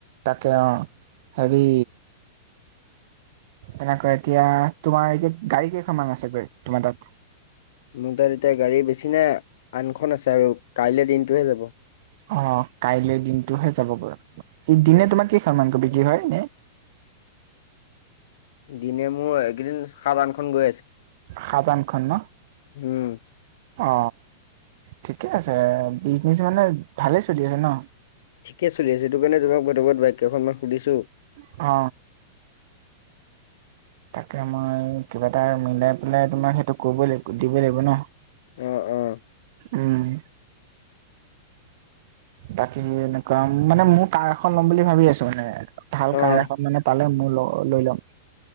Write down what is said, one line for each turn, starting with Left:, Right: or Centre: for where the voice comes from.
Right: তাকে অ হেৰি এনেকৈ এতিয়া তোমাৰ এতিয়া গাড়ী কেইখনমান আছে গৈ? তোমাৰ তাত?
Left: মোৰ তাত এতিয়া গাড়ী বেছি নাই। আনখন আছে আৰু কাইলে দিনটোহে যাব।
Right: অ কাইলৈ দিনটোহে যাব পাৰ। ই দিনে তোমাৰ কেই খন মানকে বিক্ৰী হয় ইনে?
Left: দিনে মোৰ এইকেইদিন সাত আঠখন গৈ আছে।
Right: সাত, আঠখন ন?
Left: উম
Right: অ, ঠিকে আছে। বিজনেচ মানে ভালেই চলি আছে ন।
Left: ঠিকে চলি আছে। সেইটো কাৰণে ধৰক <unintelligible> বাইক কেইখনমান সুধিছো।
Right: অ। তাকে মই কিবা এটা মিলাই পেলাই তোমাক সেইটো কৰিবই লাগিব দিবই লাগিব ন?
Left: অ', অ',
Right: উম। বাকী এনেকুৱা মানে মোৰ কাৰ এখন ল'ম বুলি ভাবি আছো মানে। ভাল
Left: অ',
Right: কাৰ এখন মানে পালে মো ল লৈ ল'ম।